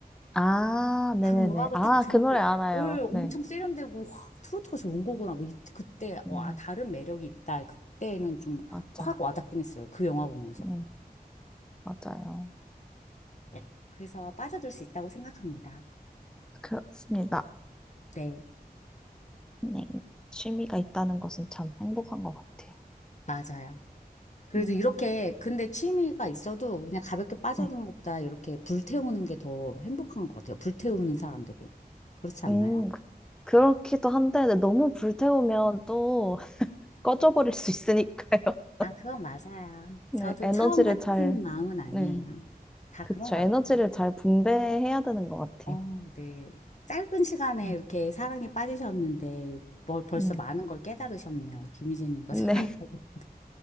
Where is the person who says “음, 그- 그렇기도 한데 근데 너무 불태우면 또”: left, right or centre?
Centre